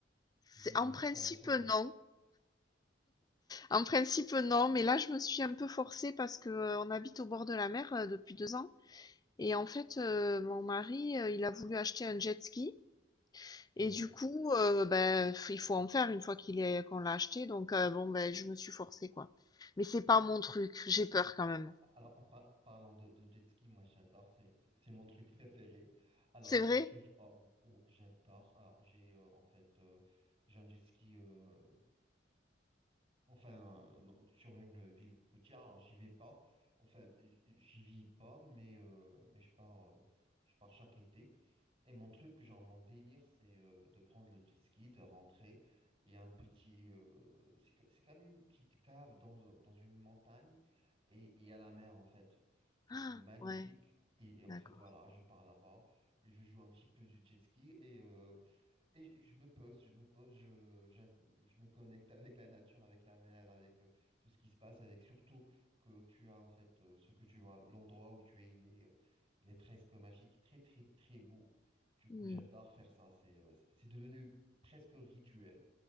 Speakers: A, on the right; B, on the left.
A: du
B: C'est en principe
A: sky surf.
B: non. En principe non, mais là je me suis un peu forcée parce que euh, on habite au bord de la mer euh, depuis deux ans et en fait euh, mon mari euh, il a voulu acheter un jet ski.
A: Oui.
B: Et du coup, heu, ben, f- il faut en faire une fois qu'il est qu'on l'a acheté donc heu, bon, ben, je me suis forcée, quoi. Mais c'est pas mon truc, j'ai peur quand même.
A: Alors, en par- parlant de, de jet ski, moi j'adore, c'est c'est- c'est mon truc préféré. Alors,
B: C'est
A: j'ai
B: vrai?
A: toujours. oh, oh, j'adore. Alors, j'ai euh, en fait, euh, j'ai un jet ski euh, Enfin, euh, non, sur une ville côtière, alors j'y vais pas. Enfin, j- j'y vis pas, mais, euh, mais je pars, euh, je pars chaque été. Et mon truc, genre mon délire, c'est euh, de prendre le jet ski, de rentrer. Il y a un petit, euh, c'est ca- c'est comme une petite cave dans, dans une montagne et et il y a la mer en fait. Et
B: Ah
A: c'est magnifique.
B: Ouais,
A: Et, et en
B: d'accord.
A: fait, voilà, je pars là-bas, je joue un petit peu du jet ski et. euh, et je me pose, je me pose, je, j'ad- je me connecte avec la nature, avec la mer, avec euh, tout ce qui se passe, avec surtout que tu as en fait euh, ce que tu vois, l'endroit où tu es, il est, euh, il est presque magique, très très très beau. Du coup,
B: Mmh.
A: j'adore faire ça, c'est euh, c'est c'est devenu presque rituel.